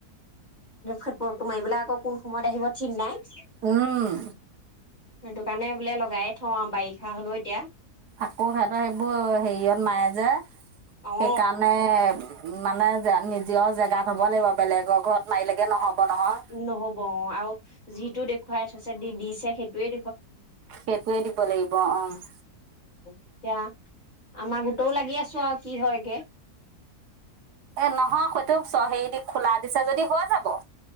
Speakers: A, on the left; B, on the right.
A: খেপৰটো মাৰিবলৈ আকৌ কোন সময়ত আহিব ঠিক নাই।
B: উম!
A: সেইটো কাৰণে বোলে, লগাইয়ে থওঁ আৰু বাৰিষা হলও এতিয়া।
B: আকৌ সিহঁতৰ, সেইবোৰ হেৰিয়ত নাই যে
A: অ
B: সেইকাৰণে। মানে যে, নিজেও জেগা থ'ব লাগিব, বেলেগৰ ঘৰত মাৰিলেগে নহ'ব। নহয়
A: নহ'ব অ'! আৰু যিটো দেখুৱাই থৈছে। দি দিছে সেইটোৱে
B: সেইটোৱে দিব লাগিব। অ'!
A: এতিয়া আমাৰ গোটও লাগি আছোঁ আৰু কি হয়গে।
B: এ, নহয় সইটো চ' হেৰি দি খোলা দিছা যদি হৈ যাব।